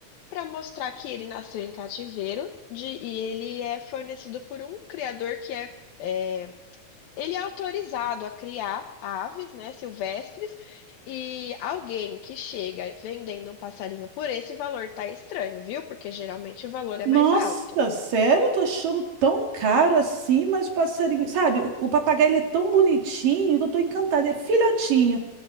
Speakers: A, on the left (about 80°); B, on the right (about 65°).
A: para mostrar que ele nasceu em cativeiro de- e ele é fornecido por um criador que é, é, ele é autorizado a criar aves, né, silvestres, e alguém que chega vendendo um passarinho por esse valor tá estranho, viu? Porque geralmente o valor é
B: Nossa,
A: mais alto.
B: sério? Eu tô achando tão caro assim, mas o passarinho, sabe? O o papagaio ele é tão bonitinho que eu tô encantada, é filhotinho.